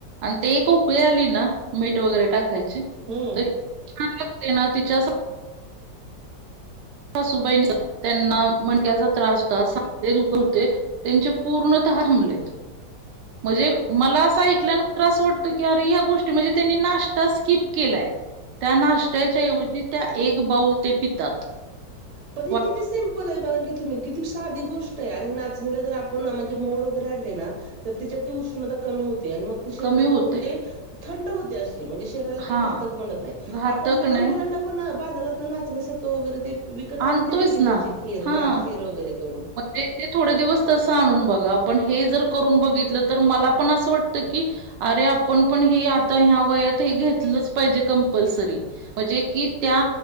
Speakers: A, on the right; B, on the right.
A: अन् ते एकउकळी आली ना. मीठ वगैरे टाकायचे
B: हम्म
A: तर छान लागते ना तिच्या सासूबाई त्यांना मणक्याचा त्रास होता सांधे दुखंतं होते. त्याचे पूर्णतः थांबलेत.
B: <inaudible>
A: म्हणजे मला असं ऐकल्यान असं वाटतं की अरे या गोष्टी म्हणजे त्यांनी नाश्ता स्किप केलाय. त्या नाष्ट्याच्याऐवजी त्या एक बाऊल ते पितात.
B: पण हे
A: वाट
B: किती सिम्पल आहे बघ कि तुम्ही. किती साधी गोष्ट आहे आणि नाचणीला जर आपण म्हणजे मोड वगैरे आणले ना. तर त्याच्यातली उष्णता कमी होते आणि मग शरीराला
A: कमी होते.
B: म्हणजे थंड होते अशी म्हणजे शरीराला काही
A: हां.
B: घातक बनतं नाही.
A: घातक
B: आपण लहान
A: नाही
B: मुलांना आपण बाजारात नाचणी सत्व वगैरे ते विकत आणून
A: आणतोयच
B: दिले की
A: ना.
B: त्याची खीर
A: हां.
B: हा खीर वगैरे करून.
A: ते थोडे दिवस तसं आणून बघा, पण हे जर करून बघितलं तर मला पण असं वाटतं कि अरे आपण पण हे आता ह्या वयात हे घेतलंच पाहिजे कंपल्सरी. म्हणजे कि त्या